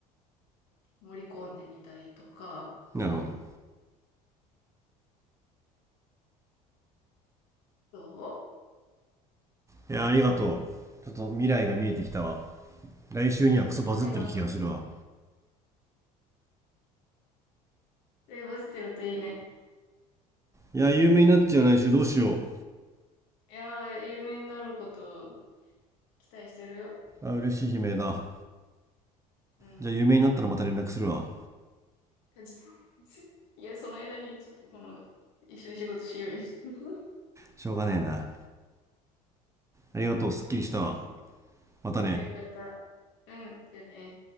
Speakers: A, on the left; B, on the right.
A: う盛り込んでみたりとか、
B: なるほど
A: そ
B: いやありがとうちょっと未来が見えてきたわ来週にはクソバズってる気がするわ
A: うえちょっとためになった。え、バズってるといいね。
B: いや有名になっちゃう来週どうしよ
A: いやー、有名になることを期待してるよ。
B: うあ嬉しい悲鳴だ
A: うん。
B: じゃあ有名になったらまた連絡するわ
A: えじゃ <laughs> いや、その間にちょっとこの、一緒に仕事しようよ。<laughs>
B: しょうがねえなありがとうすっきりしたわ
A: えお願いします。
B: またね
A: あ、よかった。うん、じゃあね。